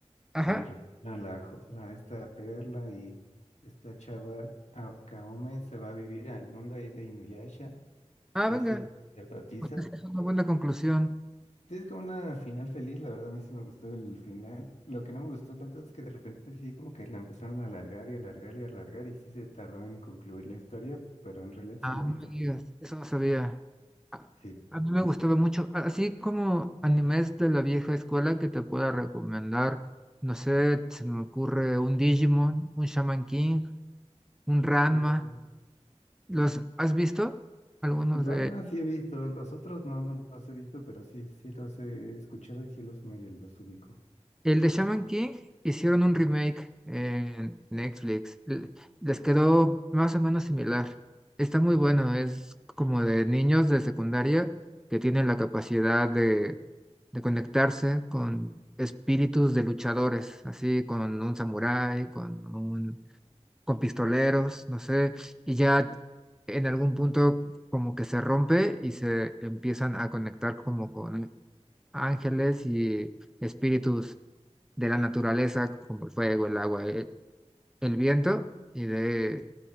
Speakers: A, in the centre; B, on the left (about 90°).
A: Ajá.
B: y recuperan la, jo- la esta perla y esta chava A- Kaome se va a vivir al mundo ahí de Inuyasha,
A: Ah,
B: se
A: venga.
B: hace sacerdotisa
A: Pues esa es una buena conclusión.
B: Sí, es como una final feliz, la verdad a mí sí me gustó el final. Lo que no me gustó tanto es que de repente sí como que la empezaron a alargar y alargar y alargar y sí se tardó en concluir la historia, pero en realidad
A: Ah,
B: sí me gustó.
A: no me digas, eso no sabía. A,
B: Sí.
A: a mí me gustaba mucho, a- así como animes de la vieja escuela que te pueda recomendar, no sé, se me ocurre un Digimon, un Shaman King, un Ranma.
B: Oh.
A: ¿Los has visto? Algunos
B: Ranma
A: de
B: sí he visto, los otros no, no los he visto, pero sí, sí los he escuchado y sí los medio los ubico.
A: El de Shaman King hicieron un remake en Netflix. L- Les quedó más o menos similar. Está muy bueno, es como de niños de secundaria que tienen la capacidad de, de conectarse con espíritus de luchadores, así con un samurái, con un, con pistoleros, no sé, y ya en algún punto como que se rompe y se empiezan a conectar como con ángeles y espíritus de la naturaleza, como el fuego, el agua, e- el, viento, y de